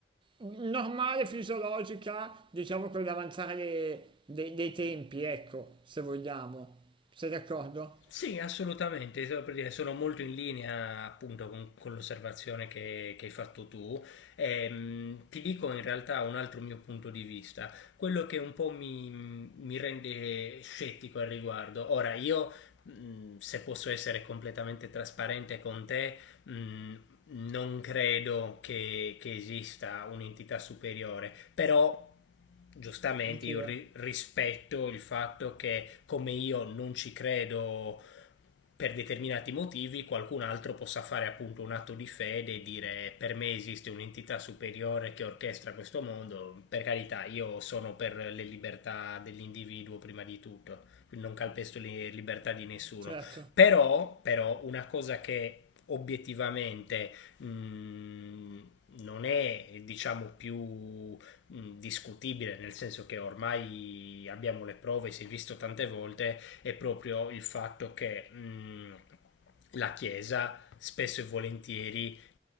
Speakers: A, on the right; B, on the left.
A: normale, fisiologica, diciamo con l'avanzare de- de- dei tempi, ecco, se vogliamo. Sei d'accordo?
B: Sì, assolutamente, solo per dire, sono molto in linea appunto con, con l'osservazione che, che hai fatto tu. Ehm, ti dico in realtà un altro mio punto di vista, quello che un po' mi, mi rende scettico al riguardo. Ora, io mh, se posso essere completamente trasparente con te, mh, non credo che, che esista un'entità superiore, però giustamente
A: Anch'io,
B: io ri- rispetto il fatto che come io non ci credo per determinati motivi qualcun altro possa fare appunto un atto di fede e dire per me esiste un'entità superiore che orchestra questo mondo, per carità io sono per le libertà dell'individuo prima di tutto, quindi non calpesto le libertà di nessuno,
A: certo.
B: però, però una cosa che obiettivamente mh, non è diciamo più mh, discutibile nel senso che ormai abbiamo le prove si è visto tante volte è proprio il fatto che mh, la Chiesa spesso e volentieri